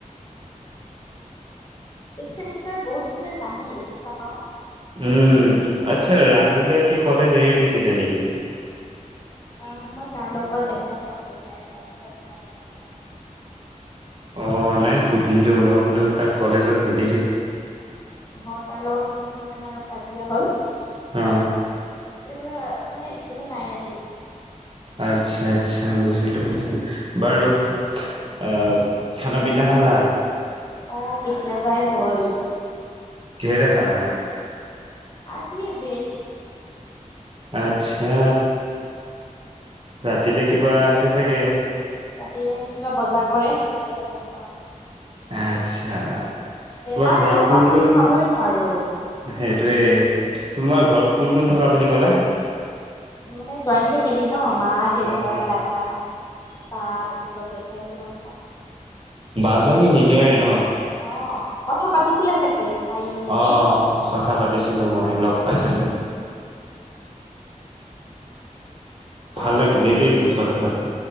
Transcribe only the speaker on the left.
ছিক্স চেমিষ্টাৰ বহুত ইস্তোদেন নাহে দেখিছা ন।
আহ মই তাৰ লগত একদম কনটেক্ট নাই মই তাৰ কথা একো নাজানো জানানে।
অ তাৰ লগত মই মানে অলপ কাজিয়া হ'ল এতিয়া
পৰা মানে একদমেই নাই আৰু
আহ কেতিয়াবাই হল।
আজি ভেজ।
ৰাতিলে কিবা বজাৰ কৰে তেতিয়াহে গম পাম।
বেমাৰ
ন ফাষ্ট
ফুড খাবই নোৱাৰো
মানে জইণ্ট ফেমিলি ন মা দেউতা
দাদা। বা তাৰ পিছত জেঠাই খুৰা।
অ কথা পাতিছিলা চাগে। কাইলৈ নেকি
অ বা
এতিয়া
নাথাকে